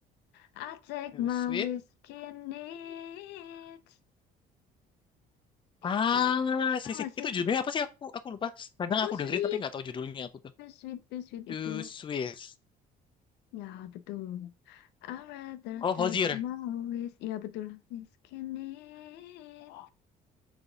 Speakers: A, on the left; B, on the left.
A: I take
B: Too
A: my
B: sweet.
A: whiskey neat.
B: Ah,
A: Itu. Tahu
B: sih, sih.
A: gak sih?
B: Itu judulnya apa sih? Aku aku lupa. Kadang
A: Too
B: aku
A: sweet,
B: dengerin tapi nggak tahu judulnya aku tuh.
A: too sweet, too sweet
B: Too
A: itu.
B: sweet.
A: Ya, betul. I rather
B: Oh,
A: take
B: Hozier.
A: my whis. Ya, betul. Whiskey neat.